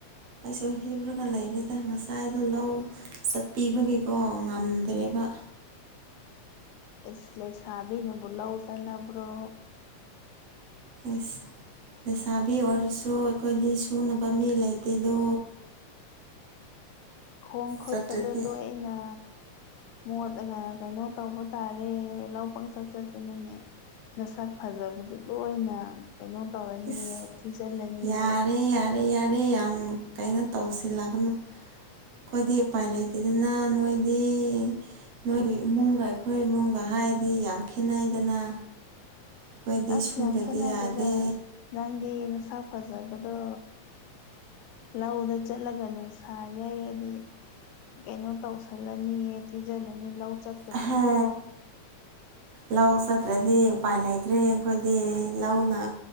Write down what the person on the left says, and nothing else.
ꯏꯁꯁ ꯂꯩꯁꯥꯕꯤꯅꯕꯨ ꯂꯧ ꯆꯅꯕ꯭ꯔꯣ
ꯈꯣꯡ ꯈꯣꯠꯀꯗꯣ
ꯂꯣꯏꯅ ꯃꯣꯠ ꯀꯩꯅꯣ ꯇꯧꯕ ꯇꯥꯔꯦ ꯂꯧ ꯄꯪꯆꯠ ꯆꯠꯀꯅꯨꯅꯦ ꯅꯁꯛ ꯐꯖꯕꯗꯨ ꯂꯣꯏꯅ ꯀꯩꯅꯣ ꯇꯧꯔꯅꯤꯑ
ꯊꯤꯖꯤꯜꯂꯅꯤꯑ
ꯑꯁ
ꯌꯥꯝ ꯈꯦꯠꯅꯗꯦꯗ
ꯅꯪꯗꯤ ꯅꯁꯥ ꯐꯖꯕꯗꯣ ꯂꯧꯗ ꯆꯠꯂꯒ ꯅꯨꯡꯁꯥ ꯌꯩꯔꯗꯤ ꯀꯩꯅꯣ ꯇꯧꯁꯜꯂꯅꯤꯌꯦ ꯊꯤꯖꯤꯜꯂꯅꯤ ꯂꯧ ꯆꯠꯀꯅꯨꯀꯣ